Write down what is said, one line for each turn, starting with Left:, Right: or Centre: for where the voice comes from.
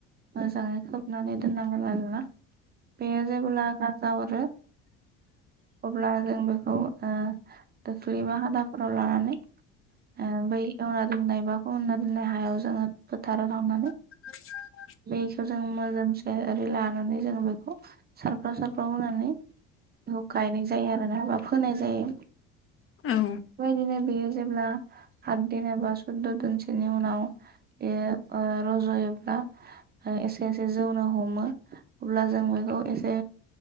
Right: मोजाङै खोबनानै दोननांगोन आरोना बेयो जेब्ला गारजा हरो अब्ला जों बेखौ खौ ओ थसि बा हादाफोराव लानानै ओ बै एवना दोंनाय बा फोमोना दोंनाय हायाव जोङो फोथाराव थांनानै
Left: आ <inaudible>
Right: बेखौ जों मोजोमसे ओरै लानानै जों बेखौ सारफ्राव सारफ्राव होनानै गायनाय जायो आरोना बा फोनाय जायो
Left: औ
Right: बेबायदिनो बेयो जेब्ला हत दिन एबा सुदद' दिनसोनि उनाव बेयो ओ रज'योब्ला एसे एसे जौनो हमो अब्ला जों बेखौ एसे